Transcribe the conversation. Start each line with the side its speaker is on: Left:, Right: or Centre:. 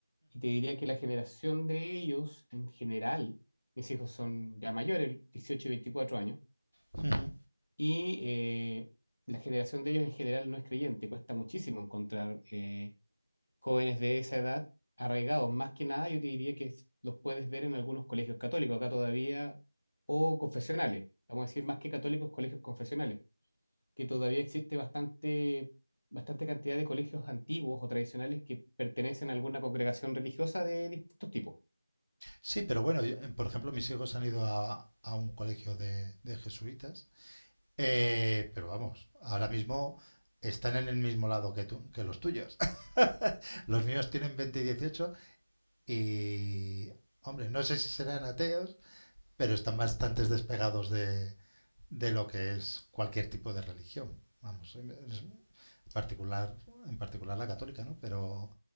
Left: Y te diría que la generación de ellos en general, mis hijos son ya mayores, 18 y 24 años,
Right: ujú, ujú.
Left: y eh, la generación de ellos en general no es creyente, cuesta muchísimo encontrar eh, jóvenes de esa edad arraigados. Más que nada, yo te diría que es- los puedes ver en algunos colegios católicos acá todavía, o confesionales, vamos a decir más que católicos, colegios confesionales que todavía existe bastante, bastante cantidad de colegios antiguos o tradicionales que pertenecen a alguna congregación religiosa de distintos tipos.
Right: Sí, pero bueno, yo- por ejemplo, mis hijos han ido a, a un colegio de, de jesuitas, eh, pero vamos, ahora mismo están en el mismo lado que tú, que los tuyos. <laughs> Los míos tienen 20 y 18 y, hombre, no sé si serán ateos, pero están bastante despegados de, de lo que es cualquier tipo de religión. Vamos, en en particular, en particular la católica, ¿no? Pero